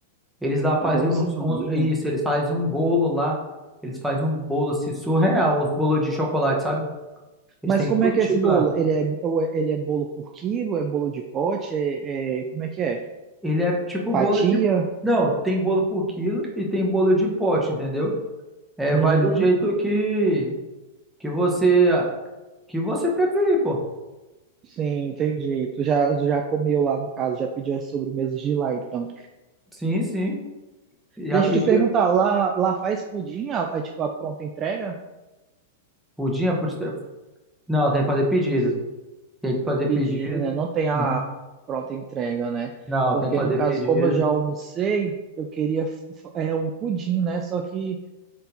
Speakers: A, in the centre; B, on the right.
A: Eles lá fazem
B: Doce
A: uns,
B: mania.
A: uns, isso, eles fazem um bolo lá, eles fazem um bolo assim, surreal, uns bolos de chocolate, sabe? Eles
B: Mas
A: têm
B: como
A: todo
B: é que
A: tipo
B: é esse bolo?
A: lá.
B: Ele é, ou é- ele é bolo por quilo? É bolo de pote? É, é- como é que é?
A: Ele é tipo
B: Fatia?
A: bolo de. Não, tem bolo por quilo e tem bolo de pote, entendeu? É,
B: Uhum.
A: vai do jeito que que você que você preferir, pô.
B: Sim, entendi. Tu já, tu já comeu lá, no caso, já pediu as sobremesas de lá, então.
A: Sim, sim. Já
B: Deixa
A: pediu
B: eu te perguntar, lá, lá faz pudim, a, a- tipo, a pronta entrega?
A: pudim, é puti- Não, tem que fazer pedido.
B: Isso.
A: Tem que fazer
B: Pedido,
A: pedido.
B: né? Não tem a
A: Uhum.
B: pronta entrega, né?
A: Não,
B: Porque,
A: tem que fazer
B: no caso,
A: pedido.
B: como eu já almocei, eu queria f- f- é, um pudim, né? Só que,